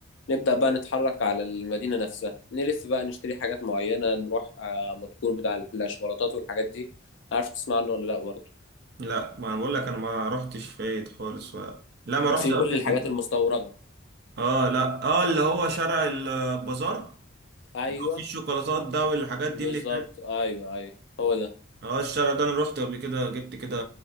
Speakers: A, on the left (about 60°); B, on the right (about 50°).
A: نبدأ بقى نتحرك على المدينة نفسها نلف بقى نشتري حاجات معينة نروح آه، مدكور بتاع الشوكولاتات والحاجات دي عارف تسمع عنه ولا لأ برضه
B: لا ما انا بقول لك انا ما رحتش فايت خالص ولا. لا ما رحتش
A: في
B: قصدي
A: كل الحاجات
B: إيه؟
A: المستوردة
B: اه لا اه اللي هو شارع البازار
A: أيوه
B: اللي هو فيه الشوكولاتات ده والحاجات دي
A: بالظبط
B: اللي هناك
A: أيوه أيوه هو ده
B: اه الشارع ده انا رحت قبل كده جبت كده